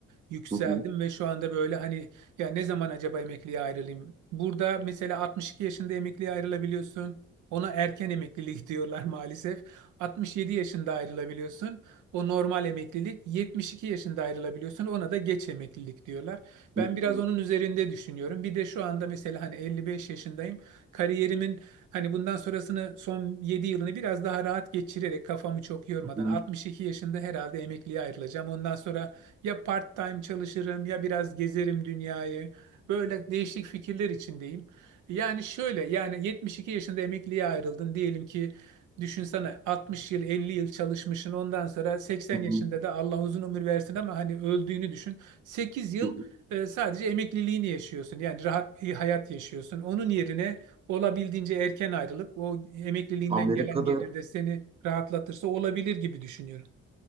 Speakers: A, on the right; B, on the right.
A: Yükseldim
B: Hı hı.
A: ve şu anda böyle hani ya ne zaman acaba emekliye ayrılayım? Burada mesela 62 yaşında emekliye ayrılabiliyorsun. Ona erken emeklilik <laughs> diyorlar maalesef. 67 yaşında ayrılabiliyorsun. O normal emeklilik. 72 yaşında ayrılabiliyorsun. Ona da geç emeklilik diyorlar.
B: Hı
A: Ben
B: hı.
A: biraz onun üzerinde düşünüyorum. Bir de şu anda mesela hani 55 yaşındayım. Kariyerimin Hani bundan sonrasını son 7 yılını biraz daha rahat geçirerek kafamı çok yormadan
B: Hı hı.
A: 62 yaşında herhalde emekliye ayrılacağım. Ondan sonra ya part-time çalışırım ya biraz gezerim dünyayı. Böyle değişik fikirler içindeyim. Yani şöyle yani 72 yaşında emekliye ayrıldın diyelim ki düşünsene 60 yıl 50 yıl çalışmışsın ondan sonra 80
B: Hı hı.
A: yaşında da Allah uzun ömür versin ama hani öldüğünü düşün. 8 yıl
B: Hı hı.
A: e, sadece emekliliğini yaşıyorsun. Yani rahat bir hayat yaşıyorsun. Onun yerine olabildiğince erken ayrılıp o emekliliğinden
B: Amerika'da
A: gelen gelir de seni rahatlatırsa olabilir gibi düşünüyorum.